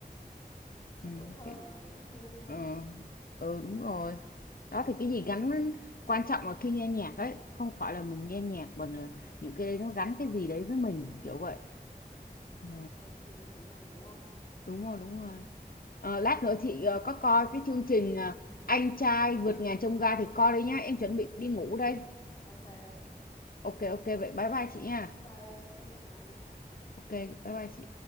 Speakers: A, on the left; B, on the left.
A: cái
B: ừ,
A: tuổi thơ
B: cái,
A: của mình á vui
B: ờ, ừ đúng rồi đó thì cái gì gắn quan trọng là khi nghe nhạc ấy không phải là mình nghe nhạc mà là những cái đấy nó gắn cái gì đấy với mình kiểu vậy
A: Ừ.
B: ừ,
A: gắn một kỷ niệm với mình đúng không
B: đúng rồi đúng rồi Ờ, lát nữa chị ờ, có coi cái chương trình ờ, anh trai vượt ngàn chông gai thì coi đi nhá em chuẩn bị đi ngủ đây
A: ok
B: ok ok vậy bye bye chị nha
A: bye bye em chúc em ngủ ngon nhé
B: ok bye bye chị